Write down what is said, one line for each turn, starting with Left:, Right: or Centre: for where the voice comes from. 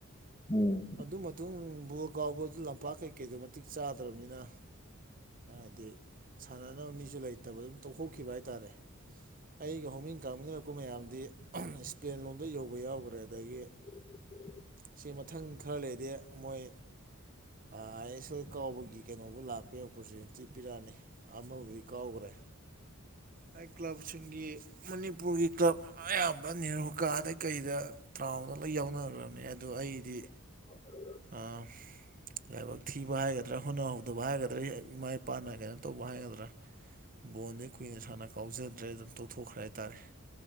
Left: ꯎꯝ
Right: ꯑꯗꯨ ꯃꯇꯨꯡ ꯕꯣꯔꯒꯥꯎꯕ ꯂꯝꯄꯥꯛ ꯀꯩꯀꯩꯗꯨ ꯃꯇꯤꯛ ꯆꯥꯗ꯭ꯔꯕꯅꯤꯅ ꯍꯥꯏꯗꯤ ꯁꯥꯟꯅꯅꯕ ꯃꯤꯁꯨ ꯂꯩꯇꯕ ꯑꯗꯨꯝ ꯇꯣꯛꯊꯣꯛꯈꯤꯕ ꯍꯥꯏꯇꯥꯔꯦ꯫ ꯑꯩꯒ ꯍꯧꯃꯤꯟ ꯀꯥꯃꯤꯟꯅꯔꯛꯄ ꯃꯌꯥꯝꯗꯤ ꯁ꯭ꯄꯦꯟ ꯂꯣꯝꯗ ꯌꯧꯕ ꯌꯥꯎꯒ꯭ꯔꯦ ꯑꯗꯒꯤ
Left: <unintelligible>
Right: ꯁꯤ ꯃꯊꯪ ꯈꯔ ꯂꯩꯗꯦ ꯃꯣꯏ ꯑ ꯑꯩ ꯁꯣꯏ ꯀꯥꯎꯕꯒꯤ ꯀꯩꯅꯣꯕꯨ ꯂꯥꯛꯄ ꯌ ꯑꯣꯄꯣꯔꯆꯨꯅꯤ ꯇꯤ ꯄꯤꯔꯥꯛꯑꯅꯤ ꯑꯃꯕꯨꯗꯤ ꯀꯥꯎꯒ꯭ꯔꯦ꯫ ꯑꯩ ꯀ꯭ꯂꯕꯁꯤꯡꯒꯤ ꯃꯅꯤꯄꯨꯔꯒꯤ ꯀ꯭ꯂꯕ ꯑꯌꯥꯝꯕ ꯅꯤꯔꯨꯀꯥꯗ ꯀꯩꯗ ꯔꯥꯎꯗ ꯂꫭꯏ ꯌꯥꯎꯅꯒ꯭ꯔꯕꯅꯦ ꯑꯗꯣ ꯑꯩꯗꯤ
Left: ꯍ
Right: ꯑꯥ ꯂꯥꯏꯕꯛ ꯊꯤꯕ ꯍꯥꯏꯒꯗ꯭ꯔꯥ ꯍꯣꯠꯅꯍꯧꯗꯕ ꯍꯥꯏꯒꯗ꯭ꯔꯥ ꯏꯃꯥ ꯏꯄꯥꯅ ꯀꯩꯅꯣ ꯇꯧꯕ ꯍꯥꯏꯒꯗ꯭ꯔꯥ ꯕꯣꯟꯗꯤꯦ ꯀꯨꯏꯅ ꯁꯥꯟꯅ ꯀꯥꯎꯖꯗ꯭ꯔꯦ ꯑꯗꯨꯝ ꯇꯧꯊꯣꯛꯈ꯭ꯔꯦ ꯍꯥꯏꯇꯥꯔꯦ